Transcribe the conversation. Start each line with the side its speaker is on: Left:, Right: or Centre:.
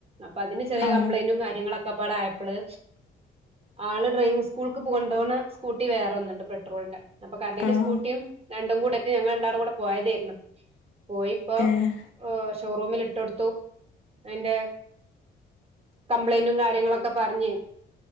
Right: അപ്പൊ അതിന് ചെറിയ
Left: ആഹ്
Right: കംപ്ലൈന്റും കാര്യങ്ങളൊക്കെ അകപാട ആയപ്പള് ആള് ഡ്രൈവിംഗങ് സ്കൂളക്ക് പോകണ്ടോണ് സ്കൂട്ടി വെറെ ഒന്നണ്ട് പെട്രോളിന്റെ അപ്പൊ കരണ്ടിന്റെ
Left: ആഹ്
Right: സ്കൂട്ടിയും രണ്ടും കൂടട്ട് ഞങ്ങൾ രണ്ടാടും കൂടെ പോയതായിരുന്നു പോയിപ്പോ
Left: ഏഹ്
Right: ഷോറൂമിൽ ഇട്ടൊടുത്തു അതിന്റെ കംപ്ലൈന്റും കാര്യങ്ങളൊക്കെ പറഞ്ഞേ